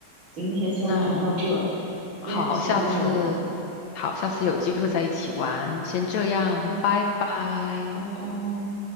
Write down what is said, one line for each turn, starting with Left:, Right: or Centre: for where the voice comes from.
Right: 今天先玩到这，
Left: 那
Right: 下次再玩。
Left: 好，下次好，下次有机会再一起玩，先这样，
Right: 拜
Left: 拜拜。
Right: 拜拜。